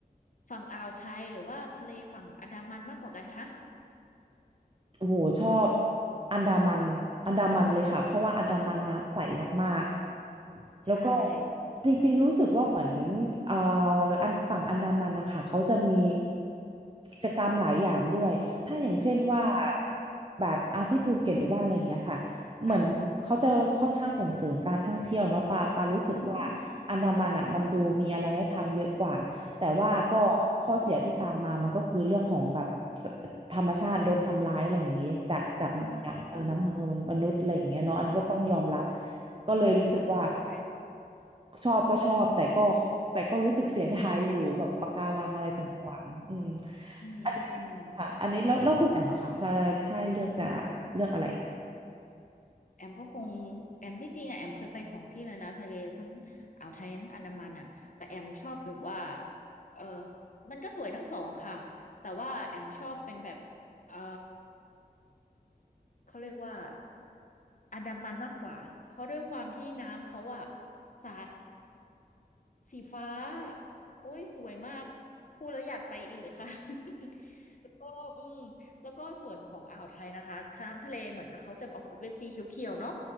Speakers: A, on the left; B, on the right.
A: ฝั่งอ่าวไทยหรือว่าทะเลฝั่งอันดามันมากกว่ากันคะ
B: โอ้โหชอบอันดามันอันดามันเลยค่ะเพราะว่าอันดามันน้ำใสมากๆแล้วก็
A: ใช่
B: จริงๆรู้สึกว่าเหมือน
A: อืม
B: เอ่ออันฝั่งอันดามันนะคะเขาจะมีกิจกรรมหลายอย่างด้วยถ้าอย่างเช่นว่า
A: อืม
B: แบบอาที่ภูเก็ตหรือว่าอะไรอย่างเงี้ยค่ะเหมือนเขาจะค่อนข้างส่งเสริมการท่องเที่ยวเนาะปาปารู้สึกว่า
A: ค่ะอืม
B: อันดามันอ่ะมันดูมีอะไรให้ทำเยอะกว่าแต่ว่าก็ข้อเสียที่ตามมามันก็คือเรื่องของแบบ
A: จริงจริง
B: ธรรมชาติโดนทำร้ายอะไรอย่างนี้จากจากจากเออน้ำมือมนุษย์อะไรอย่างเงี้ยเนาะอันนี้ก็ต้องยอมรับ
A: เออมจริง
B: ก็เลยรู้สึกว่า
A: อืมใช่ค่ะ
B: ชอบก็ชอบแต่ก็แต่ก็รู้สึกเสียดายอยู่แบบปะการังอะไรต่างๆอืม
A: อืมอืมอืม
B: อันนี้ค่ะอันนี้แล้วแล้วคุณแอมอะคะถ้าถ้าให้เลือกจะเลือกอะไร
A: แอมก็คงแอมที่จริงอะแอมเคยไปสองที่เลยนะทะเลทั้งอ่าวไทยทั้งอันดามันอ่ะแต่แอมชอบแบบว่าเออมันก็สวยทั้งสองค่ะแต่ว่าแอมชอบเป็นแบบเออ เขาเรียกว่าอันดามันมากกว่าเพราะด้วยความที่น้ำเขาอะใสสีฟ้าโอ้ยสวยมากพูดแล้วอยากไปอีกค่ะ <laughs> แล้วก็อืมแล้วก็ส่วนของอ่าวไทยนะคะน้ำทะเลเหมือนจะเขาจะออกจะเป็นสีเขียวๆเนาะ